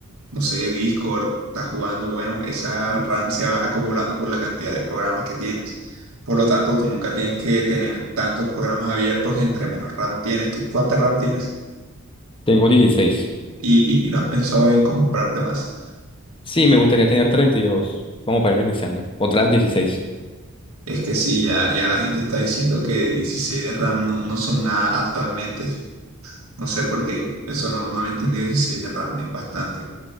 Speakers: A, on the right (about 70°); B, on the left (about 25°).
A: no sé, Discord, estás jugando, bueno, esa RAM se va acumulando por la cantidad de programas que tienes. Por lo tanto, tú nunca tienes que tener tantos programas abiertos entre menos RAM tienes. ¿Tú cuánta RAM tienes?
B: Tengo dieciséis
A: y, y- y no has pensado en comprarte más.
B: Sí, me gustaría tener 32 como para ir iniciando. Otras dieciséis
A: Es que sí, ya, ya la gente está diciendo que 16 de RAM no, no son nada actualmente. No sé por qué. Eso no, no lo he entendido. 16 de RAM es bastante.